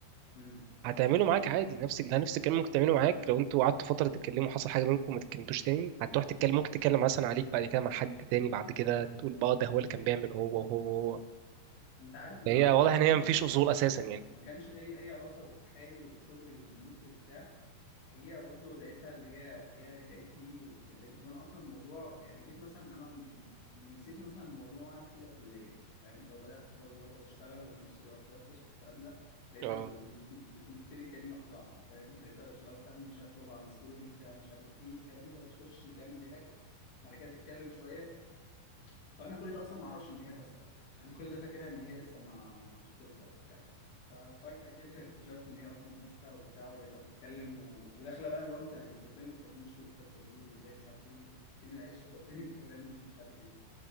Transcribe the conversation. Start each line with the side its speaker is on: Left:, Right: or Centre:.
Left: امم
Right: هتعمله معاك عادي نفس ال- نفس الكلام ممكن تعمله معاك لو انتوا قعدتوا فتره تتكلموا حصل حاجه بينكم وما تتكلمتوش تاني هتروح تتكلم ممكن تتكلم مثلا عليك بعد كده مع حد تاني بعد كده تقول بقى ده هو اللي كان بيعمل هو وهو وهو
Left: انت عارف ان
Right: فهي
Left: انا والله
Right: واضح
Left: ما
Right: ان
Left: كانش
Right: هي مفيش اصول اساسا يعني
Left: ما كانش لي اي علاقه في حالي وفي شغلي ودنيتي وبتاع هي برضو لقيتها اللي هي هي رجعت لي واتكلمت وانا اصلا الموضوع يعني جيت مثلا انا ن- نسيت مثلا الموضوع وانا في اولى كليه كده فاهم اللي هو بدات خلاص بقى لو بشتغل وفي نفس الوقت بدرس والكلام ده لقيتها
Right: اه
Left: بت- بت- بتنكتلي تاني واحده واحده فاهم لقيتها في الاول بتعمل مش عارف لو على الستوري بتاع مش عارف ايه الكلام ده وتخش تعمل رياكت بعد كده تتكلم شويه فانا كل ده اصلا ما اعرفش ان هي فاسخه يعني انا كل ده فاكرها ان هي لسه مع مع خطيبها وبتاع ففجاه كده <laughs> اكتشفت ان هي اصلا فاسخه وبتاع ولقيتها بتتكلم و... وداخله بقى اللي هو انت انت ازاي ما تكلمنيش في الفتره دي وازاي مش عارف ايه فين العشره <laughs> وفين الكلام ومش عارف ايه